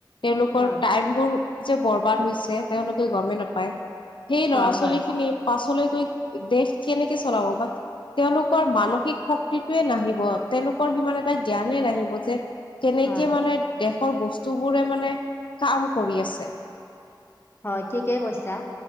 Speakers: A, on the left; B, on the left.
A: তেওঁলোকৰ
B: হয়
A: টাইম বোৰ যে বৰবাদ হৈছে তেওঁলোকে গমেই নাপায়। সেই
B: হয়
A: ল'ৰা ছোৱালী
B: হয়
A: খিনিৰ পাছলৈ গৈ দেশ কেনেকে চলাব বা তেওঁলোকৰ মানসিক শক্তিটোয়ে নাহিব, তেওঁলোকৰ সিমান এটা জ্ঞানে নাহিব যে কেনেকে
B: হয়
A: মানে দেশৰ বস্তুবোৰে মানে কাম কৰি আছে।
B: হয়, ঠিকে কৈছা।